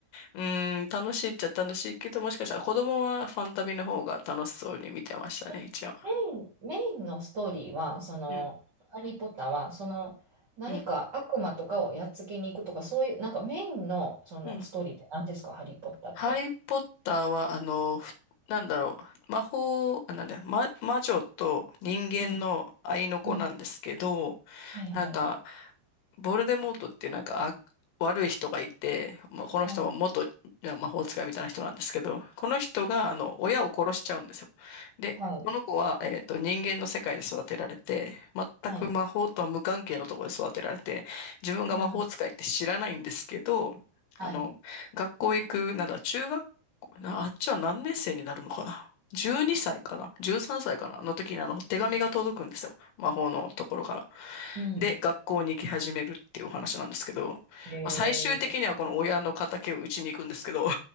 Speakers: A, on the left; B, on the right.
A: うーん、楽しいっちゃ楽しいけど、もしかしたら子供はファンタビの方が楽しそうに見てましたね、
B: え、
A: 一応。
B: メイン、メインのストーリーは、その、
A: うん、
B: ハリー・ポッターは、その、何か悪魔とかをやっつけに行くとか、
A: うん、
B: そういう、なんかメインの、その、
A: うん。
B: ストーリーって何ですか、ハリー・ポッターって。
A: ハリー・ポッターは、あの、ふなんだろう、魔法、あ、なんだま、魔女と人間の愛の子なんですけど、
B: うん、うん、はい、はい、
A: なんか、ボルデモートっていうなんか、あ、悪い人がいて、まあ、この人は元いや魔法使いみたいな人なんですけど、
B: はい、
A: この人が、あの、親を殺しちゃうんですよ。で、
B: はい、
A: この子は、えっと、人間の世界で育てられて、全く魔法とは無関係のところで育てられて、
B: はい、
A: 自分が魔法使いって知らないんですけど、
B: うん、
A: あの、
B: はい、
A: 学校行くなら中学校、なあっちは何年生になるのかな ?12 歳かな ?13 歳かなの時にあの手紙が届くんですよ。
B: うん。
A: 魔法のところから。
B: うん
A: で、学校に行き始めるっていうお話なんですけど、
B: えー、
A: まあ、最終的にはこの親の敵を打ちに行くんですけど、